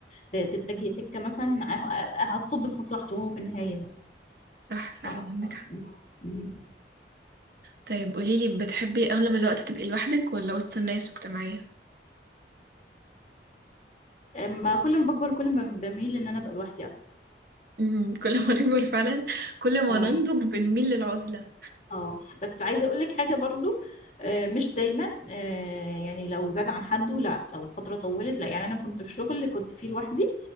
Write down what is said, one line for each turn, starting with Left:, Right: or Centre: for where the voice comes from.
Left: ت- تتجهي سكة مثلا ه- هتصب في مصلحته هو في النهاية بس
Right: صح فعلا
Left: ف...
Right: عندك حق
Left: م-
Right: طيب قوليلي بتحبي اغلب الوقت تبقي لوحدك ولا وسط الناس واجتماعية
Left: ما كل ما بكبر كل ما بميل ان انا ابقى لوحدي اكتر
Right: امم كل ما نكبر فعلا كل ما
Left: اه
Right: ننضج بنميل للعزلة
Left: اه بس عايزه اقول لك حاجه برضو آه، مش دايما آه، يعني لو زاد عن حده لا لو فتره طولت لا يعني انا كنت في شغل كنت فيه لوحدي